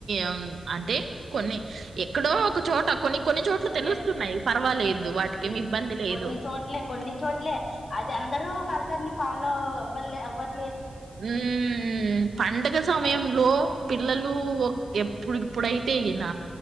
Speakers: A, on the right; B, on the left.
A: ఆమ్ అంటే కొన్ని ఎక్కడో. చోట కొన్ని కొన్ని చోట్ల తెలుస్తున్నాయి.
B: ఎస్,
A: పర్వాలేదు
B: ఎస్,
A: వాటికేమి
B: ఎస్,
A: ఇబ్బంది
B: ఎస్,
A: లేదు.
B: కొన్ని చోట్లే కొన్ని చోట్లే, అది అందరు కల్చర్ ని. పాలో ఓవల్ లే ఓవల్.
A: ఉమ్ పడుగ సమయంలో పిల్లలు. ఎప్పుడు ఇప్పుడైతే ఈయన,